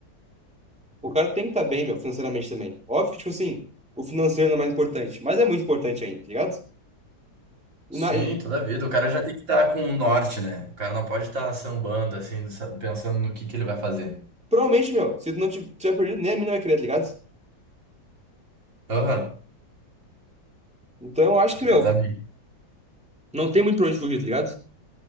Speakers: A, in the centre; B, on the right.
A: O cara tem que estar bem, meu, financeiramente também. Óbvio que, tipo assim, o financeiro não é mais importante, mas é muito importante ainda, tá ligado? E,
B: Sim,
A: na, e
B: toda vida. O cara já tem que estar com o norte, né? O cara não pode estar sambando, assim, sa- pensando no que que ele vai fazer.
A: provavelmente, meu, se tu não tiv- tiver perdido, nem a mina vai querer, tá ligado?
B: Aham.
A: Então eu acho que,
B: Exatamente.
A: meu, não tem muito pra onde fugir, tá ligado?